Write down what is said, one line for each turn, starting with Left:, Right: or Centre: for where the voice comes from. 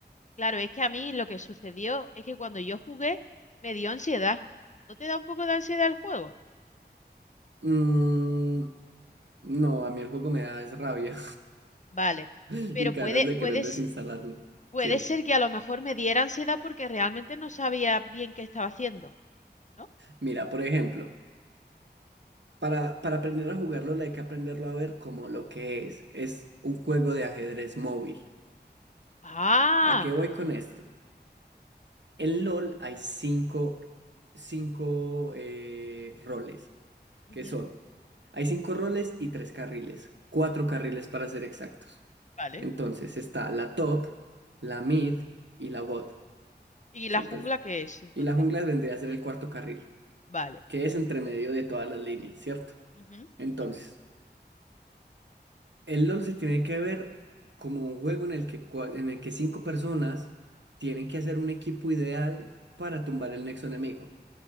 Left: claro, es que a mí lo que sucedió es que cuando yo jugué me dio ansiedad. ¿No te da un poco de ansiedad el juego?
Right: Mm, no, a mí el juego me da es rabia
Left: Vale,
Right: <laughs> y
Left: pero
Right: ganas
Left: puede,
Right: de querer
Left: puedes,
Right: desinstalarlo.
Left: puede
Right: Siempre.
Left: ser que a lo mejor me diera ansiedad porque realmente no sabía bien qué estaba haciendo, ¿no?
Right: Mira, por ejemplo. Para, para aprender a jugarlo hay que aprenderlo a ver como lo que es. Es un
Left: Ujú.
Right: juego de ajedrez móvil.
Left: Ah,
Right: ¿A qué voy con esto? En LOL hay cinco, cinco eh, roles, que
Left: ujú,
Right: son, hay cinco roles y tres carriles, cuatro carriles para ser exactos.
Left: vale.
Right: Entonces está la top, la mid y la bot.
Left: ¿Y
Right: Son
Left: la jungla
Right: tres.
Left: qué es entonces?
Right: Y la jungla vendría a ser el cuarto carril,
Left: Vale.
Right: que es entre medio de todas las líneas, ¿cierto?
Left: ujú,
Right: Entonces...
Left: ujú.
Right: El LOL se tiene que ver como un juego en el que, cua- en el que cinco personas tienen que hacer un equipo ideal para tumbar el nexo enemigo.